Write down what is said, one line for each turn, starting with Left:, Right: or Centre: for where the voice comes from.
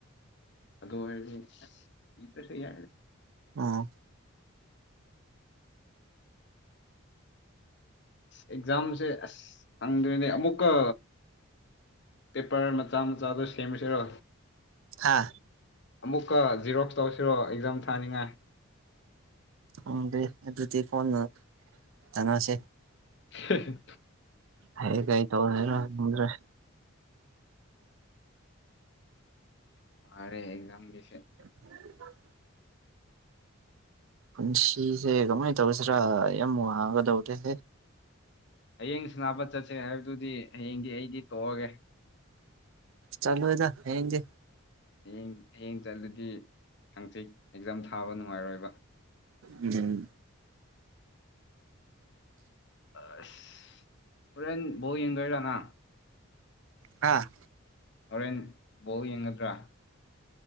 Left: ꯑꯗꯨ ꯍꯥꯏꯔꯗꯤ ꯏ ꯄꯁꯨ ꯌꯥꯏꯗ
Right: ꯑꯣ
Left: ꯑꯦꯛꯖꯥꯝꯁꯦ ꯑꯁ ꯍꯪꯗ꯭ꯔꯦꯅꯦ ꯑꯃꯨꯛꯀ ꯄꯦꯄꯔ ꯃꯆꯥ ꯃꯆꯥꯗꯣ ꯁꯦꯝꯁꯤꯔꯣ
Right: ꯍꯥꯥ
Left: ꯑꯃꯨꯛꯀ ꯖꯤꯔꯣꯛꯁ ꯇꯧꯁꯤꯔꯣ ꯑꯦꯛꯖꯥꯝ ꯊꯥꯅꯤꯡꯉꯥꯏ
Right: ꯈꯪꯗꯦ ꯑꯗꯨꯗꯤ ꯀꯣꯟꯅ ꯇꯅꯥꯁꯦ
Left: ꯍꯦ ꯍꯦ
Right: ꯍꯌꯦꯡ ꯀꯩ ꯇꯧꯗꯣꯏꯅꯦ ꯈꯪꯗ꯭ꯔꯦ
Left: ꯋꯥꯔꯦ ꯑꯦꯛꯖꯝꯒꯤꯁꯦ
Right: <unintelligible> ꯄꯨꯟꯁꯤꯁꯦ ꯀꯃꯥꯏ ꯇꯧꯁꯤꯔꯥ ꯌꯥꯝ ꯋꯥꯒꯥ ꯒꯗꯧꯗꯦꯍꯦ
Left: ꯍꯌꯦꯡ ꯁꯅꯥꯄ ꯆꯠꯁꯦ ꯍꯥꯏꯕꯗꯨꯗꯤ ꯍꯌꯦꯡꯗꯤ ꯑꯩꯗꯤ ꯇꯣꯛꯑꯒꯦ
Right: ꯆꯂꯣꯏꯗ ꯍꯌꯦꯡꯗꯤ
Left: ꯍꯌꯦꯡ ꯍꯌꯦꯡ ꯆꯠꯂꯗꯤ ꯍꯥꯡꯆꯤ ꯑꯦꯛꯖꯥꯝ ꯊꯥꯕ ꯅꯨꯡꯉꯥꯏꯔꯣꯏꯕ
Right: ꯎꯝ
Left: ꯑꯁ ꯍꯣꯔꯦꯟ ꯕꯣꯜ ꯌꯦꯡꯗꯣꯏꯔꯥꯅ
Right: ꯍꯥꯥ
Left: ꯍꯣꯔꯦꯟ ꯕꯣꯜ ꯌꯦꯡꯒꯗ꯭ꯔꯥ